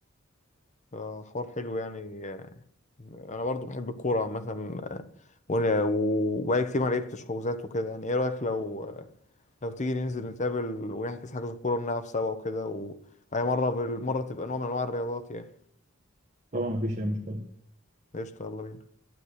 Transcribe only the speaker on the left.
أيوه فحوار حلو يعني أنا برضو بحب الكورة عامة وأنا- وبقالي كتير ما لعبتش حجوزات وكده يعني إيه رأيك لو لو تيجي ننزل نتقابل ونحجز حجز كورة ونلعب سوا وكده و... وهي مرة بالمرة تبقى نوع من أنواع الرياضات يعني
قشطة يلا بينا